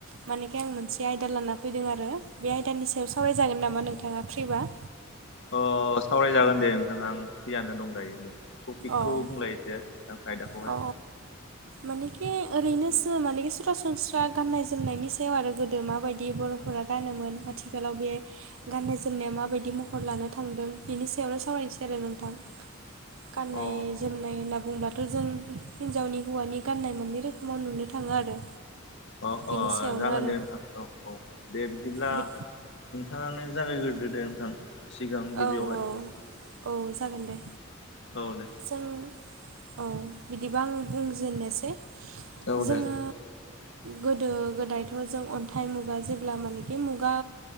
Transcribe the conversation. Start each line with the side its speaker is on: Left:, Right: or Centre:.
Right: मानिखाय आं मोनसे आयदा लाना फैदों आरो बे आयदानि सायाव सावरायजागोन नामा नोंथाङा फ्रिबा।
Left: अ सावरायजागोन दे नोंथाङा आं फियानो दं दायो दे। टपिकखौ
Right: अ
Left: बुंलाय एसे थां आयदाखौहाय।
Right: अ मानेखि ओरैनोसो मानेखि सरासनस्रा गाननाय जोमनायनि सायाव आरो गोदो माबायदि बर'फोरा गानोमोन आथिखालाव बे गाननाय जोमनाया माबायदि महर लानो थांदों बिनि सायावनो सावरायनोसै आरो नोंथां। गाननाय
Left: अ
Right: जोमनाय होनना बुंब्लाथ' जों हिन्जावनि हौवानि गाननाय मोननै रोखोमाव नुनो थाङो आरो।
Left: अ
Right: बेनि
Left: अ
Right: सायावनो
Left: जागोन
Right: आरो
Left: दे नोंथां औ औ। दे बिदिब्ला
Right: बि
Left: नोंथाङानो जागायगोरदो दे नोंथां सिगां गिबियावहाय।
Right: औ औ औ जागोन दे।
Left: औ दे।
Right: जों औ बिदिबा आं बुंजेननोसै
Left: औ
Right: जोङो
Left: दे
Right: गोदो गोदायथ' जों अन्थाइ मुगा जेब्ला मानेखि मुगा